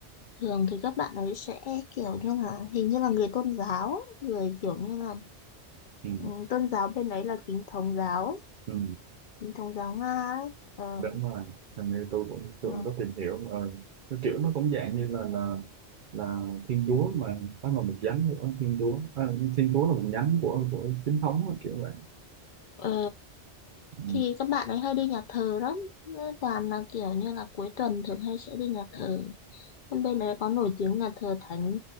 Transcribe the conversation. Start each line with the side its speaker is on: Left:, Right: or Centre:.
Left: thường thì các bạn ấy sẽ kiểu như là hình như là người tôn giáo, ấy, người kiểu như là
Right: Ừ.
Left: ừ, tôn giáo bên đấy là chính thống giáo, ấy,
Right: Ừ.
Left: chính thống giáo Nga ấy. Ờ,
Right: đúng rồi hình như tôi cũng tôi
Left: ờ,
Right: cũng có tìm hiểu ờ, cái kiểu nó cũng dạng như là là là thiên chúa mà nó là một nhánh của thiên chúa à, thiên chúa là một nhánh của của chính thống á, kiểu vậy
Left: ờ,
Right: ừ.
Left: thì các bạn ấy hay đi nhà thờ lắm. Nó Toàn là kiểu như là cuối tuần thường hay sẽ đi nhà thờ. Bên bên đấy có nổi tiếng nhà thờ Thánh